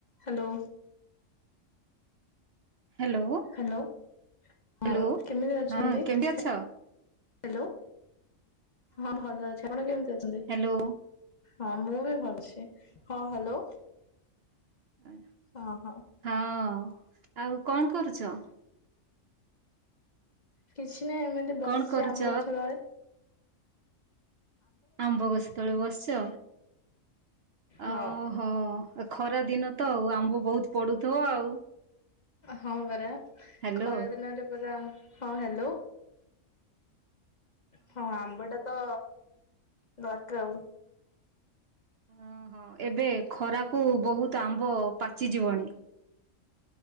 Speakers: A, on the left (about 40°); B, on the right (about 65°).
A: ହ୍ୟାଲୋ।
B: ହ୍ୟାଲୋ
A: ହ୍ୟାଲୋ
B: ହ୍ୟାଲୋ
A: ହଁ କେମିତି ଅଛନ୍ତି?
B: ହଁ କେମିତି
A: ହ୍ୟାଲୋ,
B: ଅଛ?
A: ହଁ ଭଲ ଅଛି। ଆପଣ କେମିତି ଅଛନ୍ତି?
B: ହ୍ୟାଲୋ
A: ହଁ ମୁଁ ବି ଭଲ ଅଛି। ହଁ ହ୍ୟାଲୋ।
B: ଆ।
A: ହଁ ହଁ।
B: ହଁ ଆଉ କଣ କରୁଛ?
A: କିଛି ନାହିଁ ଏମିତି
B: କଣ
A: ବସିଛି
B: କରୁଛ?
A: ଆମ୍ବ ଗଛ ତଳେ।
B: ଆମ୍ବ ଗଛ ତଳେ ବସିଛ। ଓ
A: ହଁ
B: ହୋ ଏ ଖରା ଦିନ ତ ଆଉ ଆମ୍ବ ବହୁତ ପଡ଼ୁଥିବ ଆଉ।
A: ହଁ ପରା
B: ହ୍ୟାଲୋ
A: ଖରାଦିନରେ ପରା ହଁ ହ୍ୟାଲୋ। ହଁ ଆମ୍ବଟା ତ ଦରକାର ଆଉ।
B: ଓ ହଁ ଏବେ ଖରାକୁ ବହୁତ ଆମ୍ବ ପାଚିଯିବଣି।